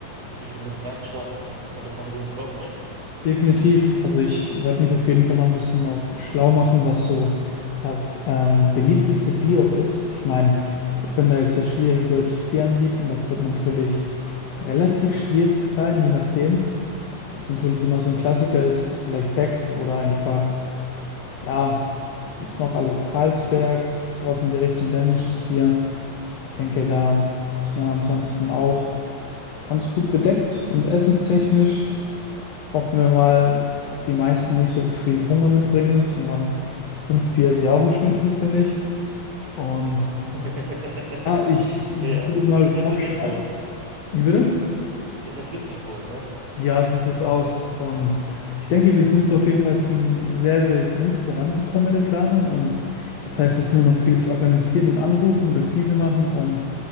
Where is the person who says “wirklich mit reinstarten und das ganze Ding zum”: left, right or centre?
Right